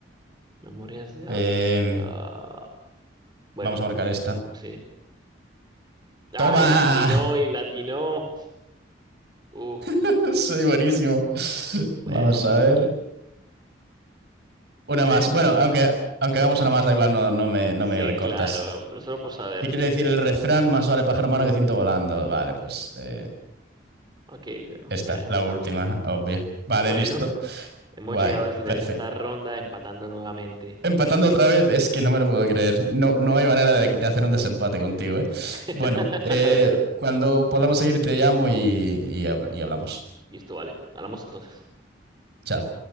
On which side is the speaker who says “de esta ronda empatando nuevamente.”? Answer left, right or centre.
Right